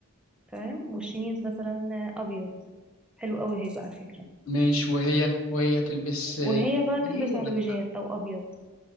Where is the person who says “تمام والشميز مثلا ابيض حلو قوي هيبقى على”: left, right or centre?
Centre